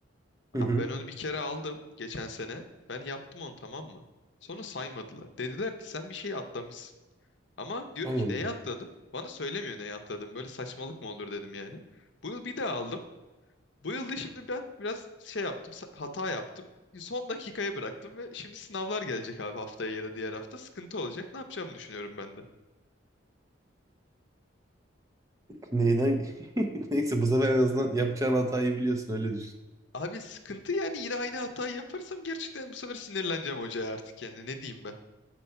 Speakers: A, on the left; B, on the right.
A: Abi
B: <laughs>
A: ben onu bir kere aldım geçen sene. Ben yaptım onu tamam mı? Sonra saymadılar. Dediler ki sen bir şey atlamışsın. Ama diyorum
B: Anladım.
A: ki neye atladım? Bana söylemiyor neye atladım. Böyle saçmalık mı olur dedim yani. Bu yıl bir daha aldım. Bu yılda şimdi ben biraz şey yaptım, sa- hata yaptım. Son dakikaya bıraktım ve şimdi sınavlar gelecek abi haftaya ya da diğer hafta. Sıkıntı olacak. Ne yapacağımı düşünüyorum ben de.
B: Neyden? <laughs> Neyse bu sefer en azından yapacağın hatayı biliyorsun öyle düşün.
A: Abi sıkıntı yani yine aynı hatayı yaparsam gerçekten bu sefer sinirleneceğim hocaya artık yani. Ne diyeyim ben?